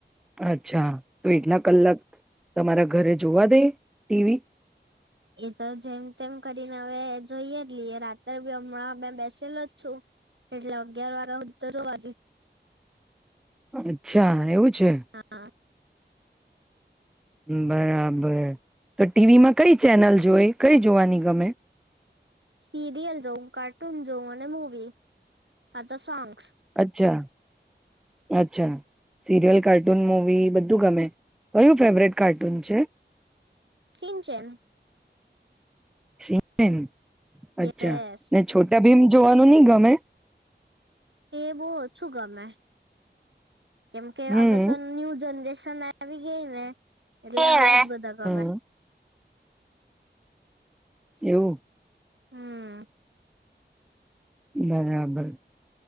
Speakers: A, in the centre; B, on the right.
A: અચ્છા. તો એટલા કલાક. તમારા ઘરે જોવા દે ટીવી
B: એ તો જેમ તેમ કરીને હવે જોઈએ લઈએ રાત્રે બી હમણાં મે બેસેલો જ છું એટલે અગયાર વાગ્યા હ તો જવાથી
A: અચ્છા એવું છે.
B: હા
A: બરાબર તો ટીવી માં કઈ ચેનલ જોઈ કઈ જોવાની ગમે
B: સીરિયલ જાઉ કાર્ટૂન જાઉ અને મુવી કા તો સોંગ્સ
A: અચ્છા અચ્છા સિરિયલ કાર્ટૂન મુવી બધું ગમે કયું ફેવરેટ કાર્ટૂન છે.
B: ચિન્ છેેમ
A: શ મેન અચ્છા
B: યસ
A: અનેને છોટા ભીમ જોવાનું નહી ગમે
B: એવોઉ ઓ છુ ગમેં કેમ કે
A: હમ્મ.
B: હવે તો ન્યુ જનરેશન ના આવી ગઈને એટલે
A: હમ્મ
B: આવાજ બધા ગમે
A: એવું
B: હમ
A: બરાબર